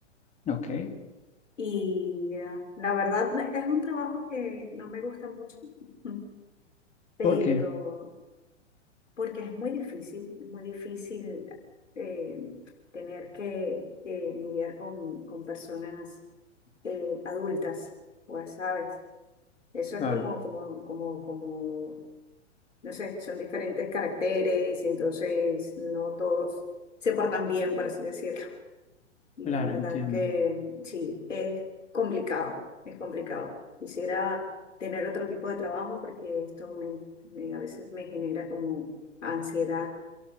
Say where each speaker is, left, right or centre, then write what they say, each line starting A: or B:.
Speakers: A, on the left (about 20°); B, on the left (about 75°).
A: ¿ok?
B: y eh, la verdad es un trabajo que no me gusta mucho, <laughs> pero
A: ¿Por qué?
B: porque es muy difícil, es muy difícil eh, tener que, que lidiar con, con personas eh, adultas, pues, ¿sabes? Eso es
A: Claro,
B: como, como, como, como, no sé, son diferentes caracteres, entonces no todos se portan bien, por así decirlo. Y
A: claro,
B: la verdad
A: entiendo,
B: que sí, es complicado, es complicado. Quisiera tener otro tipo de trabajo porque esto me, me- a veces me genera como ansiedad